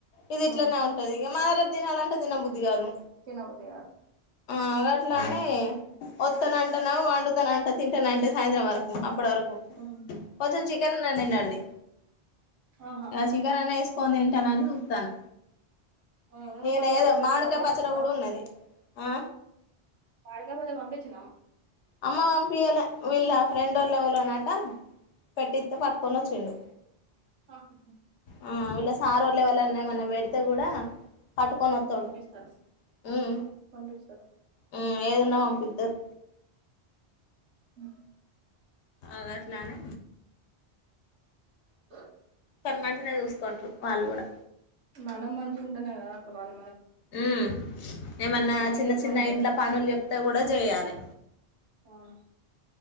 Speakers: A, on the left (about 85°); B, on the right (about 80°).
A: ఇది ఇట్లనే
B: ఉమ్
A: ఉంటుంది ఇంక మనరెపు తినాలంటే తిన బుద్ధది కాదు
B: తినవుదారు
A: మాగట్లానే వత్తన అంటను వండుతన అంట తింటాన అంటే సాయంత్రం వరకు అప్పటి వరకు
B: ఉమ్
A: పజంచి క నడు ఇ
B: ఆహాహా
A: చికెన్ అనా వేసుకని ఏంటన అని చూస్తాను
B: ఏమో
A: నేను
B: కొన్ని
A: ఏదో
B: రైస్ పెట్టుకొని
A: మామిడికాయ
B: రావ
A: పచ్చడి
B: రాజ్
A: కూడా ఉన్నది ఆ
B: మాడికాయ పచ్చడి పంపించినాం
A: అమ్మ పంపియాల వీళ్ళ ఫ్రెండ్ళ్ళు ఎవళ్ళో నాక్ టం పెట్టిత్తే పట్ కొని వచ్చిండు
B: ఆహా
A: ఆ వీళ్ళ సారుోళ్ళు ఎవళన్నా ఏమన్నా పెడితే కూడా పట్టుకొని వత్తాడు
B: పంపిస్తారు
A: మ్మ్
B: పంపిస్తారు
A: మ్ హు ఏదన్నా వాంపితర్
B: ఆ
A: అగాట్లానే
B: ఆ
A: తనూ మంచి నే చూసుకుంటారు వాళ్ళు కూడా
B: మనం మంచిగా ఉంటనే కదా అక్క వాళ్
A: మ్మ్ ఏమన్నా
B: మన దగ్గరనే
A: చిన్న చిన్న
B: ఉంటది
A: ఇంట్ల
B: కదా
A: పనులు చెప్తే కూడా చేయాలి
B: అవును